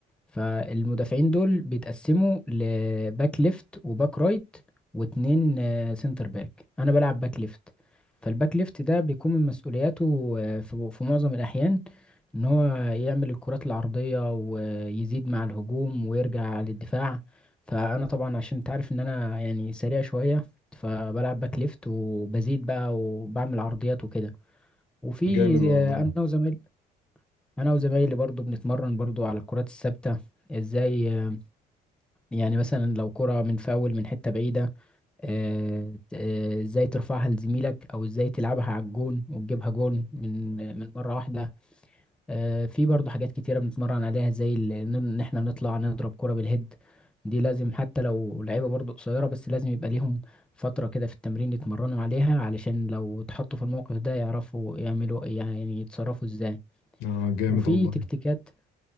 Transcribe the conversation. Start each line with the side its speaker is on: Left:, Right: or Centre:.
Centre: فالمدافعين دول بيتقسموا لباك ليفت وباك رايت واتنين آه، سنتر باك انا بلعب باك ليفت فالباك ليفت ده بيكون من مسؤولياته آه، في في معظم الاحيان ان هو يعمل الكرات العرضية ويزيد مع الهجوم ويرجع للدفاع فانا طبعا عشان انت عارف ان انا يعني سريع شوية فبلعب باك ليفت وبزيد بقى وبعمل عرضيات وكده وفي
Left: جامد والله
Centre: آه، انا وزمايلي انا وزمايلي برضو بنتمرن برضو على الكرات الثابتة ازاي آه، يعني مثلا لو كرة من فاول من حتة بعيدة آه، ت- آه، ازاي ترفعها لزميلك او ازاي تلعبها على الجون وتجيبها جون من من مرة واحدة آه، في برضه حاجات كتيرة بنتمرن عليها زي ال- ان إن احنا نطلع نضرب كرة بالهيد دي لازم حتى لو لعيبة برضه قصيرة بس لازم يبقى ليهم فترة كده في التمرين يتمرنوا عليها علشان لو اتحطوا في الموقف ده يعرفوا يعملوا يعني يتصرفوا ازاي
Left: اه جامد
Centre: وفي
Left: والله
Centre: تكتيكات